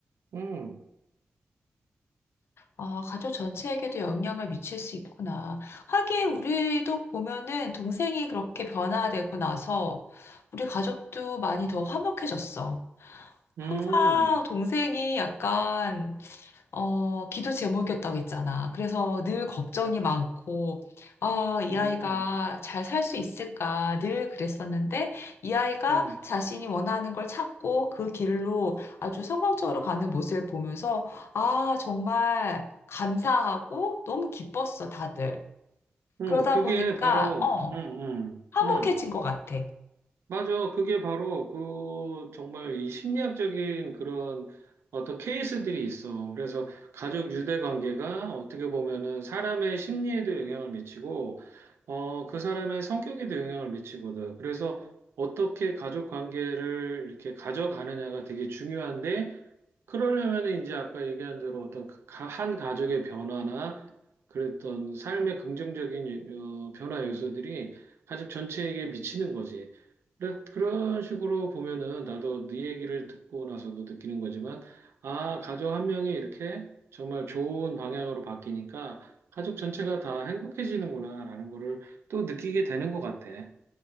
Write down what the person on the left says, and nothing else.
아, 가족 전체에게도 영향을 미칠 수 있구나. 하긴 우리도 보면은 동생이 그렇게 변화되고 나서 우리 가족도 많이 더 화목해졌어. 항상
동생이 약간 어, 기도 제목이었다고 했잖아. 그래서 늘 걱정이 많고, 아, 이
아이가 잘 살 수 있을까 늘 그랬었는데, 이 아이가
자신이 원하는 걸 찾고 그 길로 아주 성공적으로 가는 모습을 보면서, 아, 정말 감사하고 너무 기뻤어, 다들.
그러다
보니까,
어,
화목해진
것 같아.